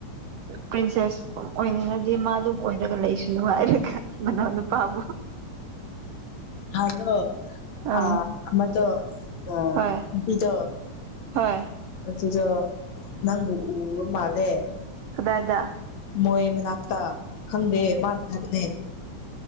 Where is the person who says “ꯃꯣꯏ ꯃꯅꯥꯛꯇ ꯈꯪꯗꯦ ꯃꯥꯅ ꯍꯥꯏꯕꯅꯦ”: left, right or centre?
Left